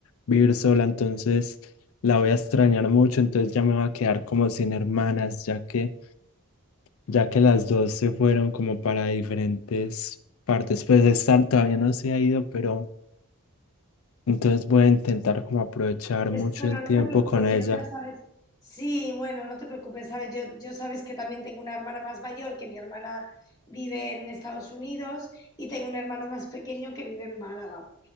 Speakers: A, on the left (about 65°); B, on the left (about 20°).
A: vivir sola, entonces la voy a extrañar mucho, entonces ya me va a quedar como sin hermanas, ya que, ya que las dos se fueron como para diferentes partes, pues estar todavía no se ha ido, pero entonces voy a intentar como aprovechar
B: Pues
A: mucho
B: bueno,
A: el
B: no
A: tiempo
B: te preocupes,
A: con ella.
B: yo ya sabes. Sí, bueno, no te preocupes, sabes, yo, yo sabes que también tengo una hermana más mayor, que mi hermana vive en Estados Unidos, y tengo un hermano más pequeño que vive en Málaga.